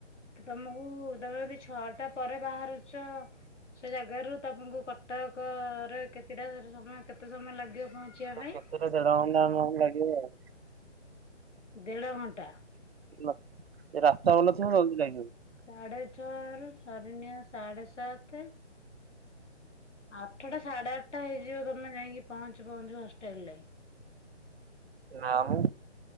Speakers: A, on the left; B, on the right.
A: ତ ତମୁକୁ ମତେ ଯଦି ଛଅଟା ପରେ ବାହାରୁଛ ସେ ଜାଗାରୁୁ ତମୁକୁ କ ଟକରେ କେତିଟା ସେଠି ସମୟ କେତେ ସମୟ ଲାଗିବ ପହଞ୍ଚିବା ପାଇଁ?
B: କେତେଟା ଦେଢ ଘଣ୍ଟା ନହେଲେ ଲାଗିବ ଆଉ।
A: ଦେଢ଼ ଘଣ୍ଟା।
B: ଏ ରାସ୍ତା ଭଲଥିବ ଜଲଦି ଅଲ୍ଦୀ ଟାଇମ୍ ହିଅନି।
A: ସାଢ଼େ ଛଅରୁ ସରିନିଅ ସାଢ଼େ ସାତେ। ଆଠଟା ସାଢେ ଆଠଟା ହେଇଯିବ ତମେ ଯାଇଁକି ପହଞ୍ଚୁ ପହଞ୍ଚୁ ହଷ୍ଟେଲ ରେ।
B: ନାଁ ମ।